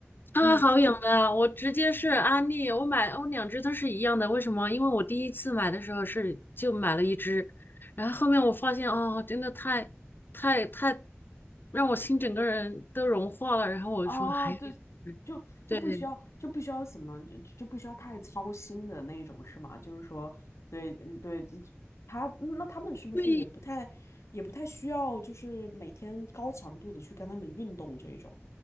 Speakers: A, on the left; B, on the left.
A: 太好养了，
B: 嗯，
A: 我直接是安利，我买我两只都是一样的，为什么？因为我第一次买的时候是就买了一只，然后后面我发现哦，真的太太太让我心整个人都融化了，然后我说还有一
B: 啊，对，就就不需要就不需要什么就就不需要太操心的那种是吗？
A: 对。
B: 就是说，对，嗯对，他那他们是不是也不太也不太需要，
A: 对，
B: 就是每天高强度的去跟他们运动这一种？